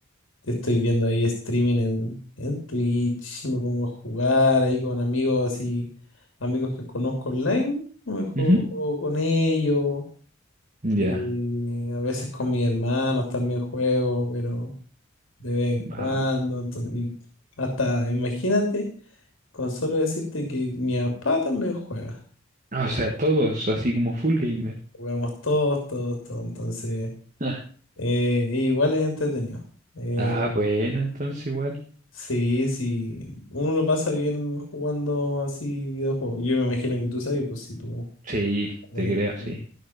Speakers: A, on the left (about 70°); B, on the right (about 40°).
A: estoy viendo ahí streaming en, en Twitch, me pongo a jugar ahí con amigos así, amigos que conozco online, me juego
B: Ujú,
A: juego con ellos.
B: Ya,
A: Y a veces con mis hermanos también juego, pero de vez en cuando.
B: ah,
A: entonces- y hasta, imagínate, con solo decirte que mi papá también juega.
B: o sea, todos, así como full gamer.
A: Jugamos todos, todos, todos. Entonces,
B: <laughs>
A: eh, igual es entretenido. Eh,
B: Ah, bueno, entonces igual.
A: sí, sí. Uno lo pasa bien jugando así videojuegos. Yo me imagino que tú sabes, pues si tú
B: Sí,
A: también,
B: te creo, sí.
A: eres-